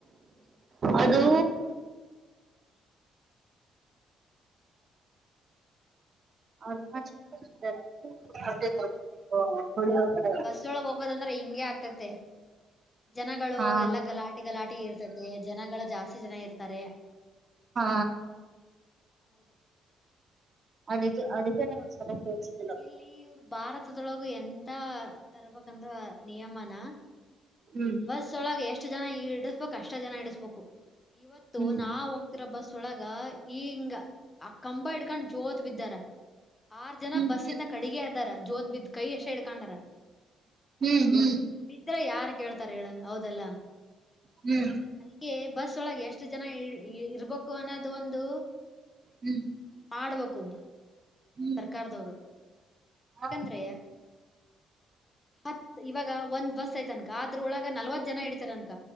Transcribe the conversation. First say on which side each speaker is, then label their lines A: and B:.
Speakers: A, on the right (about 45°); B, on the left (about 25°).
A: ಅದೂ ಅರುಣಾಚಲದಲ್ಲಿ ಇದ್ದಂತೆ ಅತಿ ದೊಡ್ ಪುಳಿಯೋಗ್ರೆ
B: <unintelligible> ಹೋಗದಂದ್ರೆ ಇಂಗೆ ಅಗತೈತೆ ಜನಗಳು
A: ಹಾ
B: ಎಲ್ಲಾ ಗಲಾಟಿ ಗಲಾಟಿ ಇರ್ತತೆ ಜನಗಳು ಜಾಸ್ತಿ ಜನ ಇರ್ತಾರೆ
A: ಹಾ
B: ಹೌದು
A: ಅದಕ್ಕೆ ಅದಕ್ಕೆ ನನ್ ಒಂದ್ ಸರಿ ಕೇಳ್ಸಿದ್ದು
B: ಇಲ್ಲಿ ಇವರು ಭಾರತದೊಳಗು ಎಂತ ತರ್ಬೇಕಂದ ನಿಯಮನಾ
A: ಹ್ಮ್
B: ಬಸ್ ಒಳಗೆ ಎಷ್ಟು ಜನ ಇಡಸ್ಬೇಕು ಅಷ್ಟ ಜನ ಇಡಸ್ಬೇಕು ಇವತ್ತು
A: ಹ್ಮ್
B: ನಾವು ಇರ ಬಸ್ ಒಳಗ ಈ ಹಿಂಗ ಆ ಕಂಬ ಹಿಡ್ಕೊಂಡ್ ಜೋತ್ ಬಿದ್ದಾರ ಆರ್ ಜನ
A: ಹ್ಮ್
B: ಬಸ್ಸಿಂದ ಕಡಿಗೆ ಆದ ಜೋತ್ ಬಿದ್ದ್ ಕೈ ಅಷ್ಟೇ ಹಿಡ್ಕೊಂಡಾರ
A: ಹ್ಮ್ ಹ್ಮ್
B: ಬಿದ್ರೆ ಯಾರ್ ಕೇಳ್ತಾರೆ ಹೇಳು ಹೌದಲ್ಲಾ
A: ಹ್ಮ್
B: ಅದಿಕ್ಕೆ ಬಸ್ ಒಳಗೆ ಎಷ್ಟು ಜನ ಇರ್ಬೇಕು ಅನ್ನೋದು ಒಂದು
A: ಹ್ಮ್
B: ಮಾಡ್ಬೇಕು
A: ಹ್ಮ್
B: ಸರ್ಕಾರದವ್ರು
A: ಹಾ
B: ಯಾಕಂದ್ರೆ ಹತ್ ಇವಾಗ ಒಂದ್ ಬಸ್ ಅನ್ಕೋಲ್ಲಿ ಅದ್ರೊಳಗ ನಲ್ವತ್ ಜನ ಇಡಿತತಾರ ಅನ್ಕ